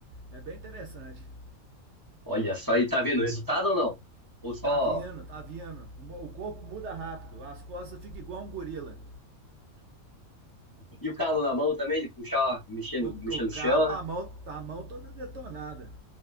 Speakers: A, on the right; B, on the left.
A: É bem interessante.
B: Olha só, e tá vendo o resultado ou não? Ou só.
A: Tá vindo, tá vindo. O corpo muda rápido, as costas ficam igual um gorila.
B: E o calo na mão também, de puxar, mexendo,
A: O, o
B: mexendo no
A: calo,
B: chão, né?
A: a mão, a mão toda detonada.